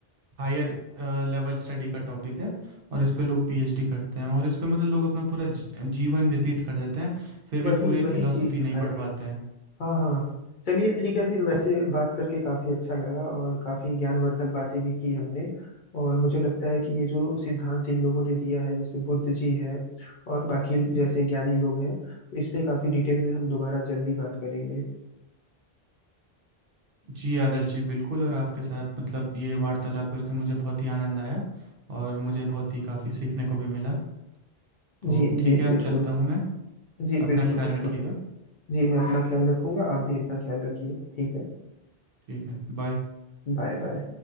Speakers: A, on the right; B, on the left.
A: हायर लेवल स्टडी का टॉपिक है और इस पे लोग पीएचडी करते हैं और इस पे मतलब लोग अपना पूरा जी- जीवन व्यतीत कर देते हैं फिर भी
B: वही
A: पूरी
B: वही
A: फिलॉसफी
B: चीज है
A: नहीं
B: भाई
A: पढ़ पाते हैं
B: हाँ हाँ चलिए ठीक है फिर वैसे बात करके काफ़ी अच्छा लगा और काफ़ी ज्ञानवर्धक बातें भी की हमने और मुझे लगता है कि ये जो सिद्धांत इन लोगों ने दिया है जैसे बुद्ध जी हैं और बाकी जैसे ज्ञानी लोग हैं तो इस पे काफ़ी डिटेल में हम दोबारा जल्दी बात करेंगे
A: जी आदर्श जी बिल्कुल और आपके साथ मतलब ये वार्तालाप करके मुझे बहुत ही आनंद आया और मुझे बहुत ही काफ़ी सीखने को भी मिला तो
B: जी
A: ठीक
B: जी
A: है अब
B: बिल्कुल
A: चलता हूँ मैं
B: जी
A: अपना
B: बिल्कुल
A: ख्याल
B: बिल्कुल
A: रखिएगा
B: जी मैं अपना ख्याल रखूंगा आप भी अपना ख्याल रखिए ठीक है
A: ठीक है बाय
B: Bye bye